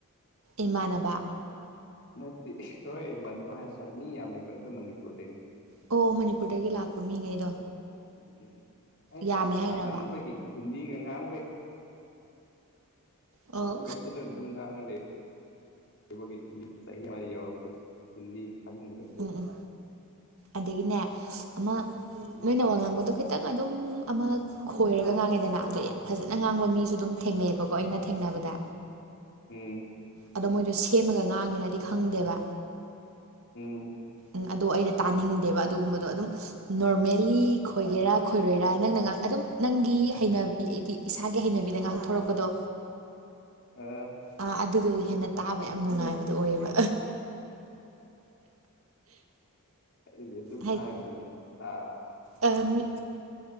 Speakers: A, on the right (about 70°); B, on the left (about 55°).
A: ꯏꯃꯥꯟꯅꯕ
B: ꯅꯠꯇꯦ ꯍꯣꯏ ꯏꯃꯟꯅꯕ ꯍꯥꯏꯁꯨ ꯃꯤ ꯌꯥꯝꯃꯦꯕ ꯑꯩꯈꯣꯏ ꯃꯅꯤꯄꯨꯔꯗꯒꯤ
A: ꯑꯣ ꯃꯅꯤꯄꯨꯔꯗꯒꯤ ꯂꯥꯛꯄ ꯃꯤꯉꯩꯗꯣ
B: ꯎꯝ ꯑꯩꯁ
A: ꯌꯥꯝꯃꯦ ꯍꯥꯏꯔꯕ
B: ꯌꯥꯝꯃꯟꯕꯒꯤ ꯍꯤꯟꯗꯤꯒ ꯉꯥꯡꯕꯩ
A: ꯑꯣ
B: ꯃꯩꯇꯩ ꯂꯣꯟ ꯑꯗꯨꯝ ꯉꯥꯡꯉꯥ ꯂꯩ <unintelligible> ꯆꯍꯤ ꯑꯃ ꯌꯧꯔꯛꯄꯁꯤ ꯍꯤꯟꯗꯤ ꯈꯪꯗ꯭ꯔꯦ
A: ꯎꯝ ꯎꯝ ꯑꯗꯒꯤꯅꯦ ꯑꯃ
B: ꯎꯝ
A: ꯅꯣꯏꯅ ꯋꯥ ꯉꯥꯡꯕꯗꯣ ꯅꯪ ꯑꯗꯨꯝ ꯑꯃ ꯈꯣꯏꯔꯒ ꯉꯥꯡꯉꯦꯗꯅ ꯑꯗꯣ ꯌꯥꯝ ꯐꯖꯅ ꯉꯥꯡꯕ ꯃꯤꯁꯨ ꯑꯗꯨꯝ ꯊꯦꯡꯅꯩꯕꯀꯣ ꯑꯩꯅ ꯊꯦꯡꯅꯕꯗ
B: ꯎꯝ
A: ꯑꯗꯣ ꯃꯣꯏꯗꯣ ꯁꯦꯝꯃꯒ ꯉꯥꯡꯉꯤꯔꯥꯗꯤ ꯈꯪꯗꯦꯕ
B: ꯑꯝ
A: ꯎꯝ ꯑꯗꯣ ꯑꯩꯅ ꯇꯥꯅꯤꯡꯗꯦꯕ ꯑꯗꯨꯒꯨꯝꯕꯗꯣ ꯑꯗꯨꯝ ꯅꯣꯔꯃꯦꯜꯂꯤ ꯈꯣꯏꯒꯦꯔꯥ ꯈꯣꯏꯔꯣꯏꯔꯥ ꯅꯪꯅ ꯑꯗꯨꯝ ꯅꯪꯒꯤ ꯍꯩꯅꯕꯤꯗꯤ ꯏꯁꯥꯒꯤ ꯍꯩꯅꯕꯤꯗ ꯉꯥꯡꯊꯣꯔꯛꯄꯗꯣ
B: ꯑꯥ
A: ꯑꯥ ꯑꯗꯨꯗꯣ ꯍꯦꯟꯅ ꯇꯥꯕ ꯌꯥꯝ ꯅꯨꯡꯉꯥꯏꯕꯗꯣ ꯑꯣꯏꯌꯦꯕ
B: ꯑꯩꯗꯤ ꯑꯗꯨꯝ
A: ꯍꯥꯏꯗꯤ
B: ꯍꯥꯏꯕꯅꯦ ꯑꯥ
A: ꯑꯥ ꯃꯤ